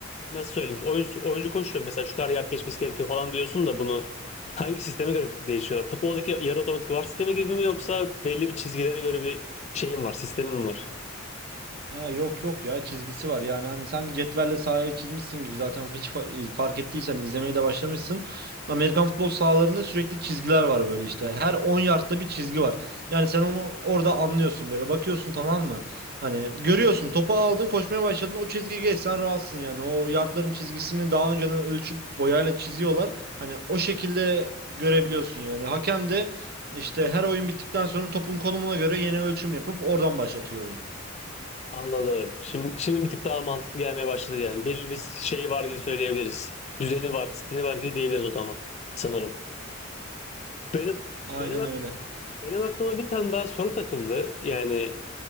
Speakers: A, on the left; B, on the right.
A: nasıl söyleyeyim? Oyuncu, oyuncu koşuyor mesela şu kadar yard geçmesi gerekiyor falan diyorsun da bunu hangi sisteme göre değişiyor? Futboldaki yarı otomatik VAR sistemi gibi mi yoksa belli bir çizgilere göre bir şeyim var, sistemim var?
B: Ha yok yok ya çizgisi var yani hani sanki cetvelle sahayı çizmişsin gibi zaten hiç fa- fark ettiysen izlemeye de başlamışsın. Amerikan futbol sahalarında sürekli çizgiler var böyle işte her 10 yardta bir çizgi var. Yani sen onu orada anlıyorsun böyle bakıyorsun tamam mı? Hani görüyorsun topu aldın koşmaya başladın o çizgiyi geçsen rahatsın yani o yardların çizgisini daha önceden ölçüp boyayla çiziyorlar. Hani o şekilde görebiliyorsun yani hakem de işte her oyun bittikten sonra topun konumuna göre yeni ölçüm yapıp oradan başlatıyor oyunu.
A: Anladım. Şimdi, şimdi bir tık daha mantıklı gelmeye başladı yani. Belli bir şey var gibi söyleyebiliriz. Düzeni var, disiplini var gibi diyebiliriz o zaman sanırım. Benim
B: Aynen
A: benim ak-
B: öyle.
A: benim aklıma bir tane daha soru takıldı. Yani